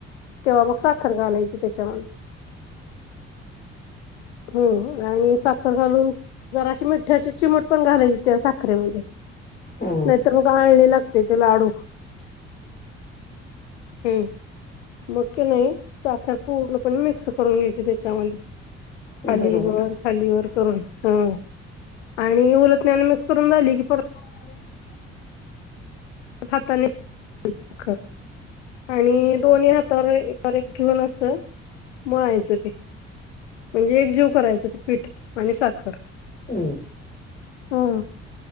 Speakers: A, on the left (about 80°); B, on the left (about 25°).
A: तेव्हा मग साखर घालायची त्याच्या म हम्म आणि साखर घालून जराशी मिठाची चिमुट पण घालायची त्या साखरेमध्ये
B: हम्म
A: नायतर मग आळणी लागतेय ते लाडू. हम्म मग की नाय साखर पूर्णपणे मिक्स करून घ्यायची त्याच्यामध्ये.
B: हम्म
A: खाली
B: बरोबर.
A: वर खालीवर करून आणि हं उलतण्यानी मिक्स करून झाली की परत-
B: <unintelligible>
A: हाताने कर आणि दोन्ही हातावर एकावर एक घेऊन अस मळायचं ते म्हणजे एक जीव करायच ते पीठ आणि साखर
B: हम्
A: हा